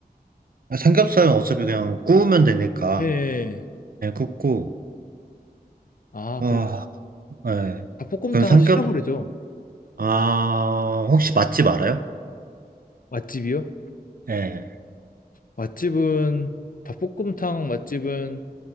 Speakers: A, on the right; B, on the left.
A: 아, 삼겹살은 어차피 그냥 구우면 되니까,
B: 예. 예.
A: 그냥 굽고,
B: 아,
A: 아,
B: 그럼
A: 예.
B: 닭볶음탕을
A: 그럼 삼겹,
B: 시켜버리죠.
A: 아, 혹시 맛집 알아요?
B: 맛집이요?
A: 네
B: 맛집은 닭볶음탕 맛집은